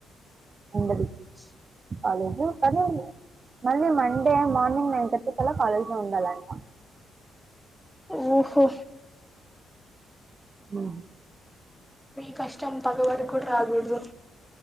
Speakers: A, on the right; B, in the centre.
A: అవు
B: <inaudible>
A: కాలేజు కాని మళ్ళీ మండే మార్నింగ్ నైన్ థర్టీ కల్లా కాలేజ్ లో ఉండాలంట
B: ఉహూ
A: ఆ
B: మీ కష్టం పగ వాడికి కూడా రాకుడదు